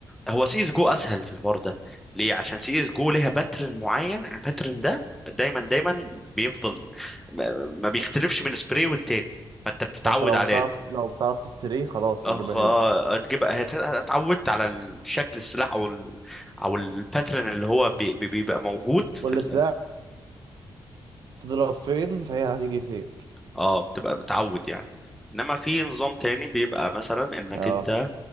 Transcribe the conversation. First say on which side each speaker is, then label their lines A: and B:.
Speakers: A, in the centre; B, on the right.
A: هو سي اس جو اسهل في الحوار ده ليه عشان سي اس جو ليها باترن معين الباترن ده دايما دايما بيفضل ما ما بيختلفش من سبراي والتاني فانت بتتعود
B: فانت لو
A: عليه
B: بتعرف لو بتعرف تسبري خلاص
A: اه
B: هتجيبها
A: آه،
B: هيد
A: هتجيب هت- اتعودت على الشكل السلاح او ال... او الباترن اللي هو بي... بي- بيبقى موجود في
B: كل
A: ال...
B: سلاح بتضرب فين فهي هتيجي فين
A: اه بتبقى بتعود يعني انما في نظام تاني بيبقى مثلا انك
B: اه
A: انت